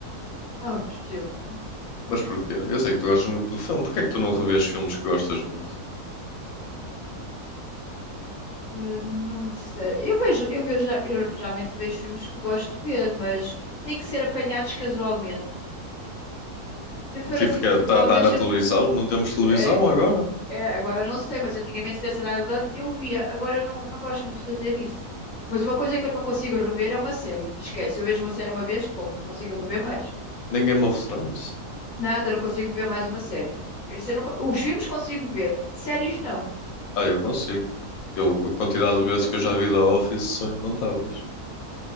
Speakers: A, on the left (about 45°); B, on the left (about 70°).
A: Há muito tempo.
B: Mas porquê? Eu sei que tu gostas muito do filme. Porquê é que tu não revês filmes que gostas muito?
A: Eu não sei. Eu vejo, eu vejo, eu geralmente vejo filmes que gosto de ver, mas tem que ser apanhados casualmente. Se eu for
B: Tipo,
A: assim
B: que
A: de
B: está
A: propósito,
B: a dar
A: deixa-me.
B: na televisão? Não temos televisão
A: É,
B: agora?
A: é, agora não sei, mas antigamente se tivesse dado, vontade, eu via. Agora eu não, não gosto muito de fazer isso. Mas uma coisa que eu não consigo rever é uma série. Esquece, eu vejo uma série uma vez, pomba, não consigo rever mais.
B: Nem Game of Thrones?
A: Nada, não consigo ver mais uma série. Isso eu não co- os filmes consigo ver, séries não.
B: Ah, eu consigo. Eu, a quantidade
A: Eu
B: de vezes
A: não consigo.
B: que eu já vi The Office são incontáveis.